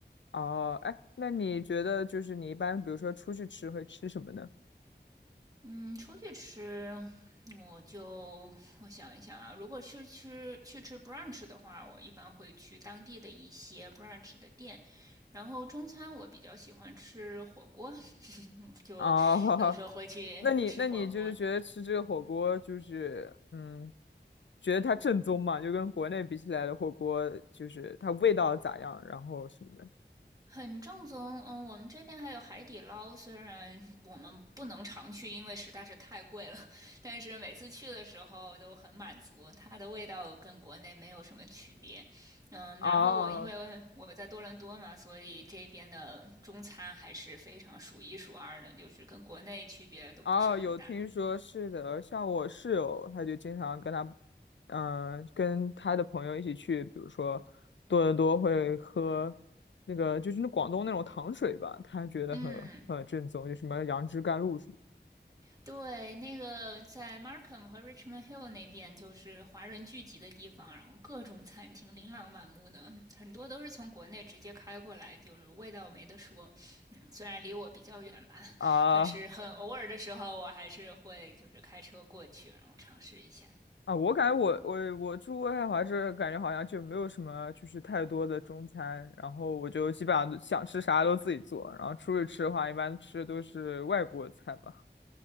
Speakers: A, on the left; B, on the right.
A: 哦，哎，那你觉得就是你一般，比如说出去吃会吃什么呢？
B: 嗯，出去吃，我就我想一想啊，如果去吃去吃 brunch 的话，我一般会去当地的一些 brunch 的店。然后中餐我比较喜欢吃火锅，<laughs> 就有时候会去吃火锅。
A: 哦，<laughs> 那你那你就是觉得吃这个火锅就是嗯，觉得它正宗嘛？就跟国内比起来的火锅，就是它味道咋样，然后什么的。
B: 很正宗，嗯，我们这边还有海底捞，虽然我们不能常去，因为实在是太贵了，但是每次去的时候都很满足，它的味道跟国内没有什么区别，嗯，
A: 哦
B: 然后我因为我在多伦多嘛，所以这边的中餐还是非常数一数二的，就是跟国内区别都不是很大，
A: 哦，有听说是的，像我室友，他就经常跟他，嗯、跟他的朋友一起去，比如说多伦多会喝那个就是那广东那种糖水吧，他觉得很很正宗，
B: 嗯。
A: 就什么杨枝甘露什么
B: 对，那个在 Markham 和 Richmond Hill 那边就是华人聚集的地方，然后各种餐厅琳琅满目的，很多都是从国内直接开过来，就是味道没得说。嗯，虽然离我比较远吧，
A: 啊
B: 但是很偶尔的时候，我还是会就是开车过去，然后尝试一下。
A: 啊，我感觉我我我住渥太华这，感觉好像就没有什么就是太多的中餐，然后我就基本上想吃啥都自己做，然后出去吃的话，一般吃的都是外国菜吧。